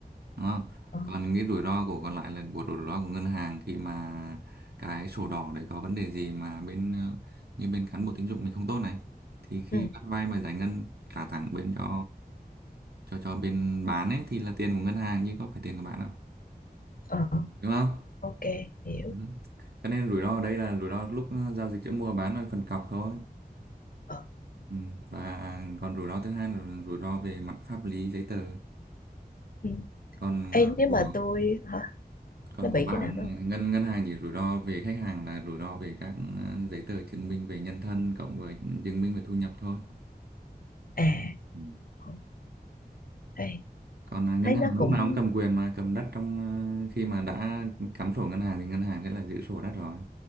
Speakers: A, on the right (about 75°); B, on the left (about 60°).
A: đúng không
B: ờ
A: còn cái rủi ro của còn lại là của rủi ro của ngân hàng khi mà cái sổ đỏ đấy có vấn đề gì mà bên ờ, như bên cán bộ tín dụng mình không tốt này thì khi
B: ừ
A: bắt vay mà giải ngân trả thẳng bên cho cho cho bên bán ấy thì là tiền của ngân hàng chứ có phải tiền của bạn đâu
B: ờ
A: đúng không
B: ok hiểu
A: Ừ. Cho nên rủi ro ở đây là rủi ro lúc ờ, giao dịch giữa mua và bán là phần cọc thôi.
B: ờ
A: Ừ. Và còn rủi ro thứ hai là rủi ro về mặt pháp lý giấy tờ.
B: ừ
A: Còn
B: Ê,
A: ờ,
B: nếu
A: của
B: mà tôi hả
A: còn
B: nó bị
A: của bạn
B: cái nào đó
A: ngân ngân hàng chỉ rủi ro về khách hàng là rủi ro về các ờ, giấy tờ chứng minh về nhân thân cộng với chứng minh về thu nhập thôi.
B: à
A: Ừ.
B: ừ, ê,
A: Còn ờ, ngân
B: thấy
A: hàng
B: nó
A: lúc
B: cũng
A: nào cũng cầm quyền mà cầm đất trong ờ, khi mà đã cắm sổ ngân hàng thì ngân hàng sẽ là giữ sổ đất rồi.